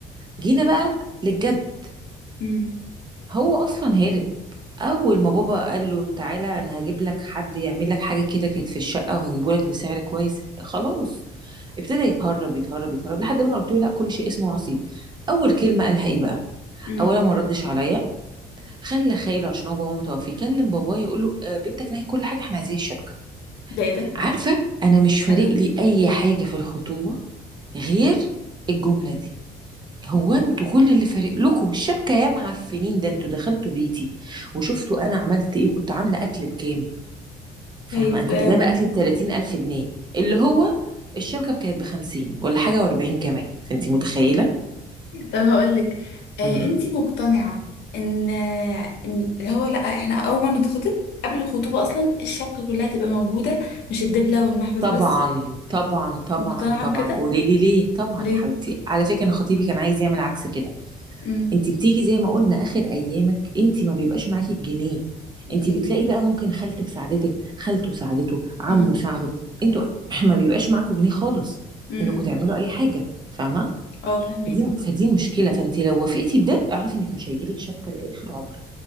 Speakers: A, on the right; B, on the left.
A: جينا بقى للجد
B: امم
A: هو اصلا هارب اول ما بابا قال له تعالى انا هجيب لك حد يعمل لك حاجه كده كانت في الشقه وهجيبه لك بسعر كويس خلاص ابتدى يتهرب يتهرب يتهرب لحد ما انا قلت له لا كل شيء اسمه نصيب اول كلمه قالها ايه بقى
B: امم
A: اولا ما ردش عليا خلى خاله عشان هو بابا متوفي يكلم بابايا يقول له آه، بنتك نهي كل حاجه احنا عايزين الشبكه
B: ده ايه ده
A: عارفه انا مش فارق
B: <laughs>
A: لي اي حاجه في الخطوبه غير الجمله دي هو انتوا كل اللي فارق لكم الشبكه يا معفنين ده انتوا دخلتوا بيتي وشفتوا انا عملت ايه كنت عامله اكل بكام فاهمه
B: طيب
A: انا كنت
B: آم،
A: جايبه اكل ب 30000 جنيه اللي هو الشبكه كانت ب 50 ولا حاجه و40 كمان فانت متخيله
B: طب هقول لك انت
A: إمم.
B: مقتنعة ان آه، إن اللي هو لا احنا اول ما نتخطب قبل الخطوبة اصلا الشبكة كلها تبقى موجودة مش الدبلة والمحبس
A: طبعا
B: بس
A: طبعا طبعا
B: مقتنعة
A: طبعا
B: بكده
A: قولي لي ليه طبعا
B: ليه
A: يا حبيبتي على فكره انا خطيبي كان عايز يعمل عكس كده
B: امم
A: انت بتيجي زي ما قلنا اخر ايامك انت ما بيبقاش معاكي الجنيه
B: اوكي
A: انت بتلاقي بقى ممكن خالتك ساعدتك خالته ساعدته عمه
B: امم
A: ساعده انتوا <clears throat> ما بيبقاش معاكوا جنيه خالص
B: امم
A: انكم
B: أمم.
A: تعملوا اي حاجه فاهمه
B: اه فهماكي
A: فدي فدي مشكله فانت لو وافقتي بده اعرفي انك مش هيجيلك شبكه لاخر عمرك